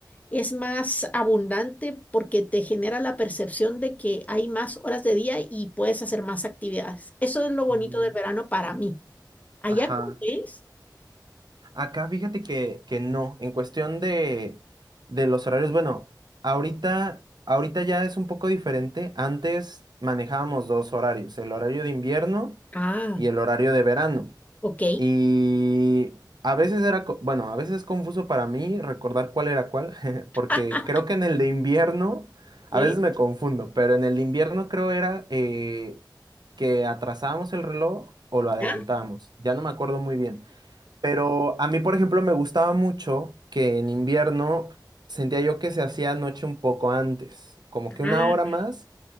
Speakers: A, on the left; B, on the right.
A: es más abundante porque te genera la percepción de que hay más horas de día y puedes hacer más actividades. Eso es lo bonito
B: Mm,
A: del verano para mí. ¿Allá
B: Ajá.
A: cómo es?
B: Acá fíjate que, que no, en cuestión de, de los horarios, bueno, ahorita, ahorita ya es un poco diferente. Antes manejábamos dos horarios, el horario de invierno
A: Ah,
B: y el horario de verano.
A: ok.
B: Y a veces era, co- bueno, a veces es confuso para mí recordar cuál era cuál, <laughs> porque
A: <laughs>
B: creo que en el de invierno,
A: ¿Sí?
B: a veces me confundo, pero en el de invierno creo era eh, que atrasábamos el reloj o lo adelantábamos.
A: ¿Ya?
B: Ya no me acuerdo muy bien. Pero a mí, por ejemplo, me gustaba mucho que en invierno sentía yo que se hacía noche un poco antes, como que
A: Ah,
B: una hora más.